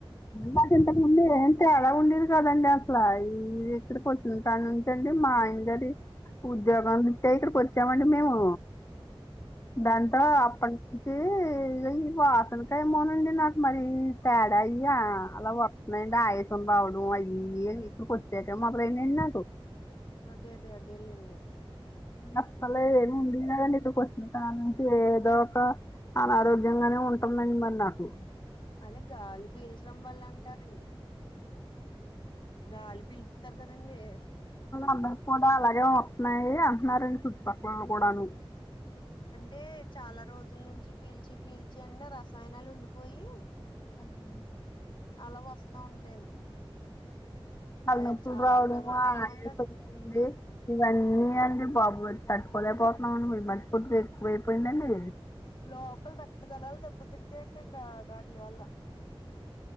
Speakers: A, on the left (about 30°); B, on the left (about 55°).
A: నాకు ఇంతకుముందే అంటే అలా ఉండేది కదండి అసలా ఇది ఎక్కడ కొ తింటాను ఉంచండి మా ఆయన్దది ఉద్యోగంటే ఇక్కడికి వచ్చామండి మేము దాంతో
B: ఆ
A: అప్ప ఇంటే ఈ వాసనక ఏమో నండి నాకు మరి తేడా అయ్యా అలా వస్తున్నాయిడి ఆయాసం రావడం అయ్య ఇక్కడ కొచ్చేక మొదలయాయండి నాకు
B: అదే అదే అదే ఎలింది
A: అస్సలు ఏమి ఉండనా క నీకు వచ్చిన తన నుంచి ఏదో ఒక అనారోగ్యంగానే ఉంటన్దండి మరి నాకు
B: అని గాలి పీల్చడం వల్ల అంటారండి గాలి పిలుతారు కదండీ
A: అందరు కూడా అలాగే వస్తున్నాయి అంటనారండి చుట్టుపక్కలలో కూడాను
B: అంటే చాలా రోజుల నుంచి పీల్చి పీల్చి అండి రసాయనాలు ఉండిపోయి
A: అవ్ను
B: అలా వస్తా ఉంటాయండి
A: అలా
B: అది
A: నొప్పులు
B: చాలా
A: రావడము
B: ప్రమాదకరం
A: ఆయాసం
B: అండి అది
A: ఉండడము ఇవన్నీ అండి బాబు తట్టుకోలేకపోతున్నాంమండిరు మట్టుపోట్ ఎక్కువైపోయిందండి
B: లోపల రక్తకళాలు దెబ్బతింటే ఏంటండి ఆ వాటిలి వల్ల